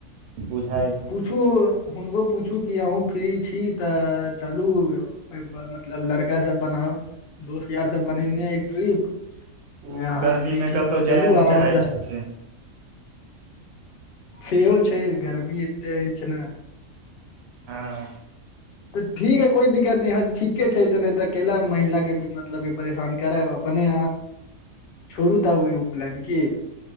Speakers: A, on the right (about 70°); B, on the left (about 70°).
A: बुझाइ
B: पुछू हुनको पुछू कि अहूँ फ्री छि कि तऽ चलू मतलब लड़की कैसे बनाउ दोस्त यार सब बनेने अय ट्रिप
A: उ
B: अगर अहाँ
A: गर्मीमे
B: फ्री छी
A: कतो
B: तऽ
A: जाय
B: चलू
A: नहि
B: आराम
A: चाहै
B: से
A: छथिन
B: सेहो छै गर्मी एते अछि छै ने
A: हँ
B: तऽ ठीक है कोइ दिक्कत न ह ठीके छै तऽ नय तऽ केलय महिला के बि मतलब परेशान करब अपने छोड़ू तऽब उपलैन की